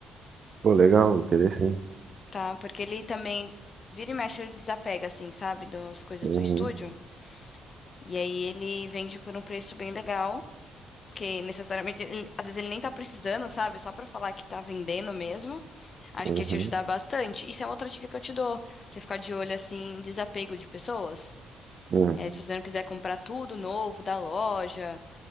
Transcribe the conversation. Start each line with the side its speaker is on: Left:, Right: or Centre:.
Right: Pô, legal, vou querer sim.
Left: tá? Porque ele também vira e mexe, ele desapega, assim, sabe, das coisas
Right: Uhum,
Left: do estúdio. E aí ele vende por um preço bem legal, porque necessariamente, ele- às vezes ele nem tá precisando, sabe? Só pra falar que tá vendendo mesmo. Acho
Right: uhum,
Left: que ia te ajudar bastante. Isso é outra dica que eu te dou. Você ficar de olho, assim, em desapego de pessoas.
Right: uhum.
Left: É, se você não quiser comprar tudo novo da loja,